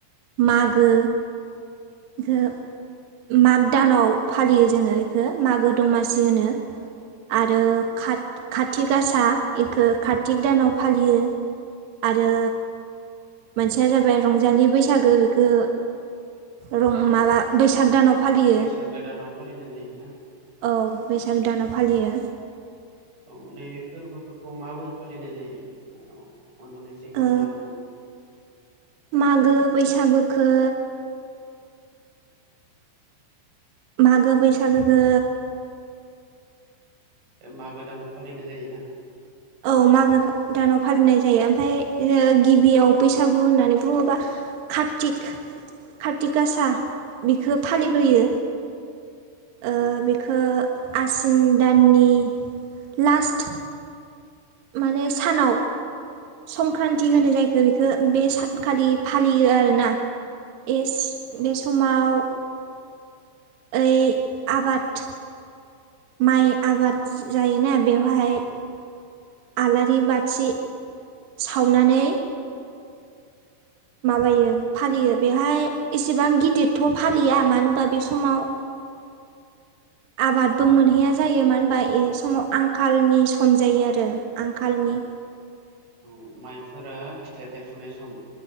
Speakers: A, on the right; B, on the right.
A: मागो खोब माग दानाव फालियो जोङो इखो मागो दमासि होनो।
B: औ
A: आरो खाथ खाथि गासा बेखौ कारतिक दानाव फालियो। आरो मोनसेया जाबाय रंजालि बैसागो बेखो रं माबा बैसाग दानाव फालियो
B: बैसागो दानाव फालिनाय जायोना
A: औ। बैसाग दानाव फालियो।
B: औ नैबे फोरबोफोरखौ माबोरै फालिनाय जायो? अननानै एसे खोनथानो
A: ओ
B: हागोन नामा?
A: मागो बैसागोखौ मागो बैसागोखो
B: मागो दानाव फालिनाय जायोना।
A: औ मागो दानाव फालिनाय जायो ओमफ्राय गिबियाव बैसागु होननानै बुङोबा कार्तिक कार्ति गासा बेखौ फालिग्रोयो। ओ
B: औ
A: बेखो आसिन दाननि लास्ट माने सानाव संक्रान्ति होनो जायखौ बेखो बे सानखालि फालियो आरोना। एस
B: औ
A: बे समाव ओइ आबाद माइ आबाद जायोना बेवहाय आलारि बाथि सावनानै माबायो फालियो बेहाय एसेबां
B: औ
A: गिदिरथ' फालिया मानो होनबा बे समाव <inaudible> आबादबो मोनहैया जायो मानो होनबा बे समाव आंखालनि सम जायो आरो आंखालनि। <inaudible>
B: औ माइफोरा फिथाइ थायफुनाय सम।